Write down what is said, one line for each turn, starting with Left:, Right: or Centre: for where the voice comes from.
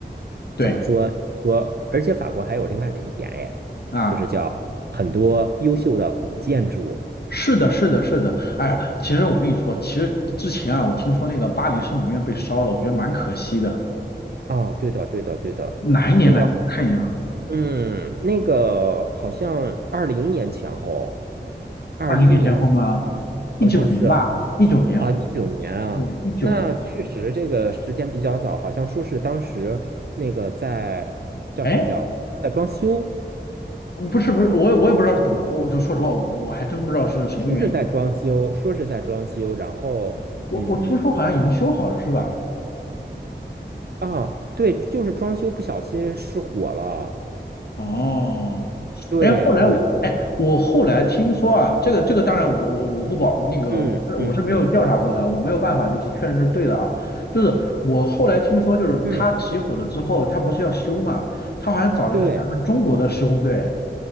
Left: 对
Right: 怎么说说，而且法国还有另外的一点，哎，
Left: 啊，
Right: 就是叫很多优秀的古建筑。
Left: 是的，是的，是的。哎呀，其实我跟你说，其实之前啊，我听说那个巴黎圣母院被烧了，我觉得蛮可惜的。
Right: 哦，对的，对的，对的，
Left: 哪一年来的？
Right: 那个。
Left: 我看一下啊。
Right: 嗯，那个好像二零年前后，二一年
Left: 二零年前后吗？
Right: 好像是啊，
Left: 一九年吧，一九年，
Right: 啊一九年啊，
Left: 对，一九年。
Right: 那确实这个时间比较早，好像说是当时那个在叫什么叫在装修，
Left: 哎，嗯不是不是，我也我也不知道是怎么，我就说实话，我我还真不知道是什么原因。
Right: 说是在装修，说是在装修，然后嗯
Left: 我我听说好像已经修好了，是吧？
Right: 啊，对，就是装修不小心失火了，
Left: 哦，
Right: 对对对，
Left: 哎，后来我哎，我后来听说啊，这个这个当然我我我不保那个我是我是没有调查过的，
Right: 嗯嗯嗯
Left: 我没有办法就是确认是对的啊。就是我后来听说，就是他起火了之后，
Right: 嗯，
Left: 他不是要修嘛，他好像找的是咱们中国的施工队。
Right: 对。